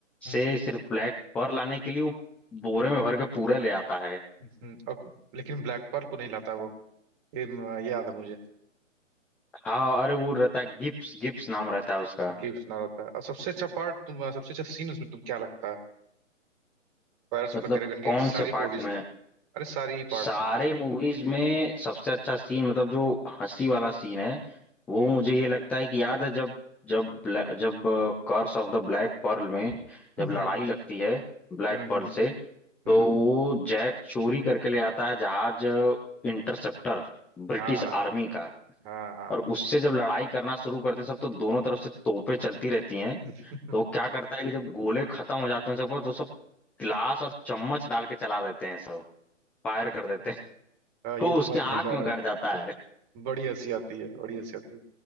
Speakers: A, on the right; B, in the centre.
A: हम्म।
B: से सिर्फ ब्लैक पर लाने के लिए वो बोरे में भर के पूरा ले आता है
A: हम्म, और लेकिन ब्लैक पर्ल को नहीं लाता वो ये म- ये याद है मुझे
B: हाँ अरे वो रहता है गिप्स गिप्स नाम रहता है उसका
A: कि सुना रहता है और सबसे अच्छा पार्ट तुम सबसे अच्छा सीन उसमें तुम क्या लगता है पायरेट्स
B: मतलब
A: ऑफ द कैरिबियन की
B: कौन
A: सारी
B: से पार्ट
A: मूवीज
B: में
A: अरे सारी ही
B: सारे
A: पार्ट में
B: मूवीज में सबसे अच्छा सीन मतलब जो हंसी वाला सीन है वो
A: हम्म
B: मुझे ये लगता है कि याद है जब जब ब्लै- जब curse of the Black Pearl में जब
A: हम्म
B: लड़ाई
A: हम्म
B: लगती है ब्लैक
A: हम्म
B: पर्ल से तो
A: हम्म,
B: वो जैक चोरी करके ले आता है जहाज इंटरसेप्टर ब्रिटिश
A: हाँ हाँ
B: आर्मी का
A: हाँ हाँ
B: और उससे जब लड़ाई करना शुरू करते हैं सब तो दोनों तरफ से तोपें चलती रहती हैं
A: <laughs>
B: तो वो क्या करता है कि जब गोले खत्म हो जाते हैं सबको तो सब गिलास और चम्मच डाल के चला देते हैं सब फायर कर देते हैं
A: हाँ, ये
B: को
A: तो
B: उसके
A: मैंने
B: आंख
A: देखा
B: में गड़ जाता है
A: बड़ी हंसी आती है बड़ी हंसी आती है